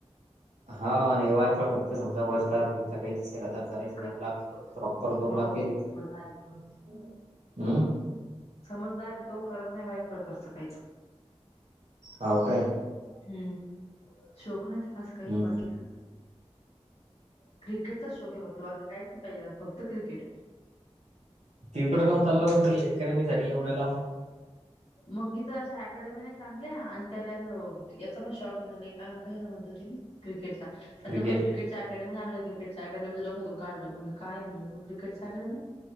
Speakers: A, on the right; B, on the left.
A: हा आणि वायफळ खर्च पण खच समजा वरचार काही त एक हजार करायचे दोन
B: हो
A: लाख प्रॉपर दोन
B: समजदार
A: लाख गेले
B: आहे
A: हम्म
B: समजदार आहे तो करत नाही वायफळ खर्च काहीच
A: हाव काय?
B: हम्म, शोक नाही तिला असं
A: हम्म
B: काही
A: हम्म.
B: बाकीचा. क्रिकेटचा शौक आहे फक्त बाकी कायच पाहिजेेत फक्त क्रिकेट
A: तीर्टोडकाम चाललंवरती अकॅडमीसाठी एवढ्याला
B: मग मी तर अशा अकॅडमी नाही चांगल्या आणि त्याला असं. याचा पण शॉक येणारय कशाचा म्हणतं होते मी क्रिकेटचा त्या
A: क्रिकेट
B: बरं क्रिकेटचा अकेडमी क्रिकेटच्या अकडमी डोख्यातून काढलं म्हणलं कायणलं तू क्रेटच्या अकॅडमी